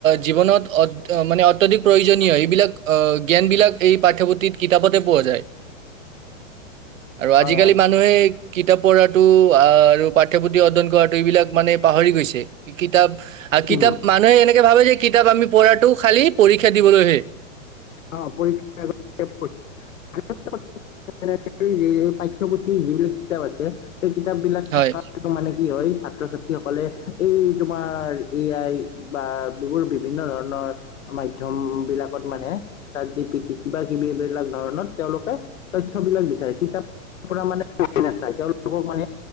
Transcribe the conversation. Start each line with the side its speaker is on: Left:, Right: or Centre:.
Right: জীৱনত মানে অত্যাধিক প্ৰয়োজনীয় এইবিলাক আহ জ্ঞানবিলাক এই পাঠ্যপুথিত কিতাপতে পোৱা যায়। আৰু
Left: হয়
Right: আজিকালি
Left: হয়
Right: মানুহে কিতাপ পঢ়াটো আৰু পাঠ্যপুথি অধ্যয়ন কৰাটো এইবিলাক মানে পাহৰি গৈছে। কিতাপ আৰু কিতাপ
Left: উম
Right: মানুহে এনেকে ভাবে যে কিতাপ আমি পঢ়াটো খালি পৰীক্ষা দিবলৈহে।
Left: অ পৰীক্ষা <unintelligible> <unintelligible> সেই পাঠ্যপুথি, যিবিলাক কিতাপ আছে। সেই কিতাপ বিলাক
Right: হয়
Left: থাকাৰ টো মানে কি হয়, ছাত্ৰ ছাত্ৰী সকলে এই তোমাৰ এ' আইৰ বা এইবোৰ বিভিন্ন ধৰণৰ মাধ্যম বিলাকত মানে চাতজিপিতি কিবা কিবি এইবিলাক ধৰণত তেওঁলোকে তথ্য বিলাক বিচাৰে। কিতাপ পৰা মানে পঢ়ি নাচায় তেওঁলোকক মানে